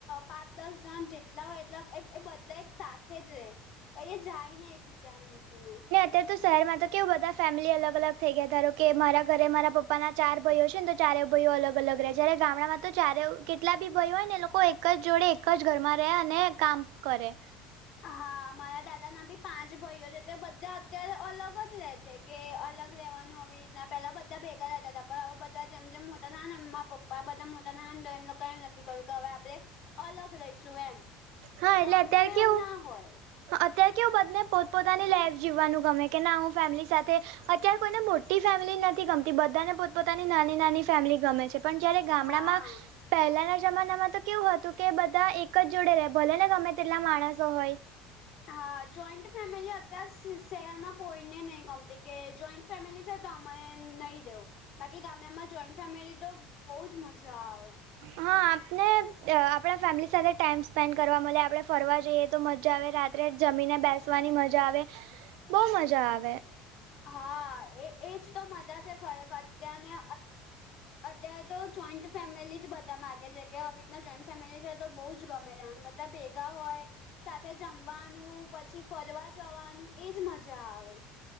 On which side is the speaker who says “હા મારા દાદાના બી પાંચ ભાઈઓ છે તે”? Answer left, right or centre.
Left